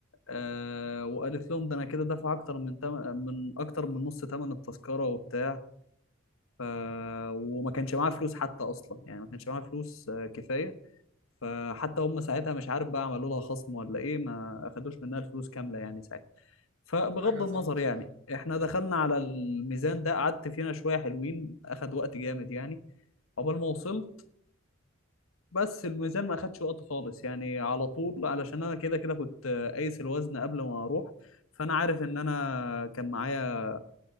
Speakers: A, on the left; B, on the right.
A: آه وقالت لهم ده انا كده دافع اكتر من تم... من اكتر من نص ثمن التذكره وبتاع ف... وما كانش معاه فلوس حتى اصلا يعني ما كانش معاه فلوس آه، كفايه فحتى هم ساعتها مش عارف بقى عملوا لها خصم ولا ايه ما اخدوش منها الفلوس كامله يعني ساعتها فبغض
B: حاجه
A: النظر
B: صعبه بصراحه
A: يعني احنا دخلنا على الميزان ده قعدت فينا شويه حلوين اخد وقت جامد يعني عقبال ما وصلت بس الميزان ما اخدش وقت خالص يعني على طول علشان انا كده كده كنت آه، قايس الوزن قبل ما اروح فانا عارف ان انا كان معايا